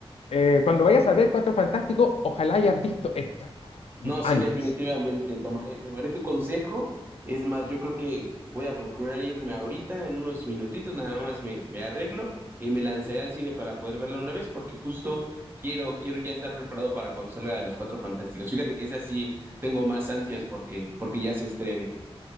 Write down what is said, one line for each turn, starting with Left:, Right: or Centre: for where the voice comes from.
Left: eh, cuando vayas a ver Cuatro Fantásticos, ojalá hayas visto esta
Right: No, sí,
Left: antes.
Right: definitivamente, tomaré, tomaré tu consejo. Es más, yo creo que voy a procurar irme ahorita, en unos minutitos, nada más me, me arreglo y me lanzaré al cine para poder verla una vez, porque justo quiero, quiero ya estar preparado para cuando salga de Los Cuatro Fantásticos. Fíjate que esa sí tengo más ansias porque, porque ya se estrene.